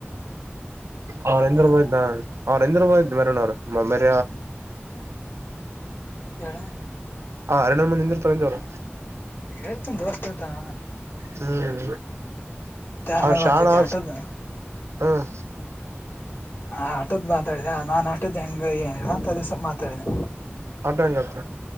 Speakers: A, on the right; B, on the left.
A: ಅವರೇಂದ್ರಬಿದಾ
B: ಹಾಂ
A: ಅವರೇಂದ್ರಬಾಯ್ ರು ಮರ
B: ಏಳು
A: ಹ ಎರಡು್ ಮಂದ ಹಂದ ತರಂದವ್ರು
B: ಹೇಳ್ತಮ ದೋಸ್ತಿ ಇರ್ತಾನ
A: ಹ್ಮ್
B: ಆಮೇಲೆ
A: ಅವ ಶಳಾ
B: ಅವನ ಜೊತೆ ಆಟೋದ
A: ಹ್ಮ್
B: ಹ ಆಟದ್ ಮಾತಾಡಿದೆ ನಾನನ್ ಆಟದ್ ಹೆಂಗ ಏನಿಲ್ಲ ಅಂತ ಅದುಸ ಮಾತಾಡಿದೆ
A: ಅದಂಗತ್ತ